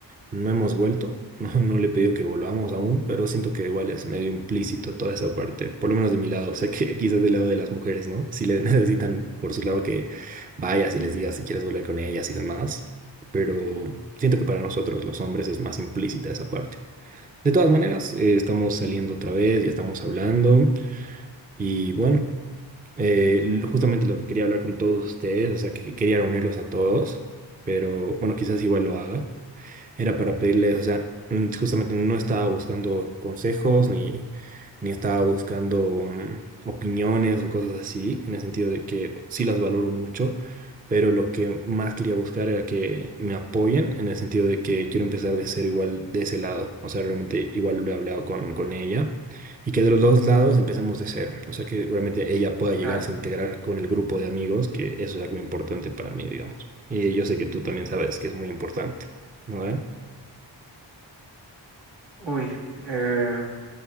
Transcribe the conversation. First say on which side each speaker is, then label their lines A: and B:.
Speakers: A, on the right (about 20°); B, on the right (about 75°).
A: No hemos vuelto, <laughs> no, no le he pedido que volvamos aún, pero siento que igual es medio implícito toda esa parte, por lo menos de mi lado, sé que <laughs> quizás del lado de las mujeres, ¿no? Si le <laughs> necesitan por su lado que vayas y les digas si quieres volver con ellas y demás, pero siento que para nosotros los hombres es más implícita esa parte. De todas maneras, eh, estamos saliendo otra vez y estamos hablando y bueno, eh, l- justamente lo que quería hablar con todos ustedes, o sea, que quería reunirlos a todos, pero bueno, quizás igual lo haga era para pedirles, o sea, mm, justamente no estaba buscando consejos ni, ni estaba buscando mm, opiniones o cosas así, en el sentido de que sí las valoro mucho, pero lo que más quería buscar era que me apoyen, en el sentido de que quiero empezar de cero igual de ese lado, o sea, realmente igual lo he hablado con, con ella, y que de los dos lados empecemos de cero, o sea, que realmente ella pueda llegarse
B: Claro.
A: a integrar con el grupo de amigos, que eso es algo importante para mí, digamos. Y yo sé que tú también sabes que es muy importante, ¿no?
B: Uy, eh,